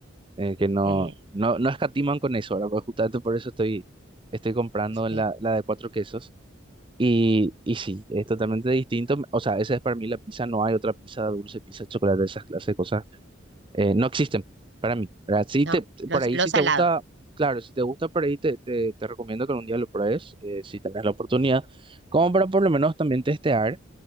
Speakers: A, on the right; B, on the right.
A: eh, que no,
B: eh,
A: no, no escatiman con eso, ahora pues justamente por eso estoy, estoy comprando
B: sí.
A: la, la de cuatro quesos. Y, y sí, es totalmente distinto. O sea, esa es para mí la pizza, no hay otra pizza dulce, pizza de chocolate, esas clases de cosas. eh, no existen para mí, ¿verdad? Sí
B: No,
A: te,
B: los
A: por ahí
B: lo
A: si
B: salado.
A: te gusta, claro, si te gusta por ahí te, te, te recomiendo que algún día lo pruebes, eh, si tenés la oportunidad, como para por lo menos también testear.